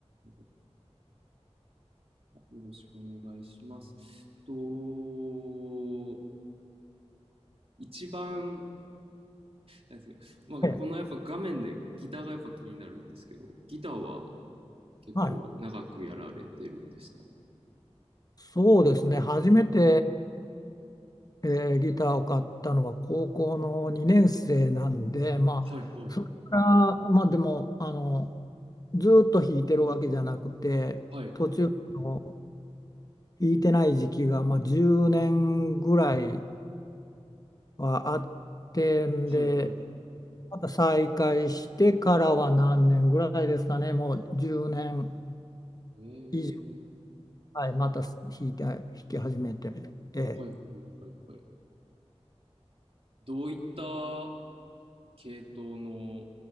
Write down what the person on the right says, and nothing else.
よろしくお願いします。と、一番、なんですか、まあ、
このやっぱ画面でギターがやっぱ気になるんですけど、
ギターは結構長くやられてるんですか
はいはい。
はい
はいはい。
えー、
はいはいはいはい。どういった系統の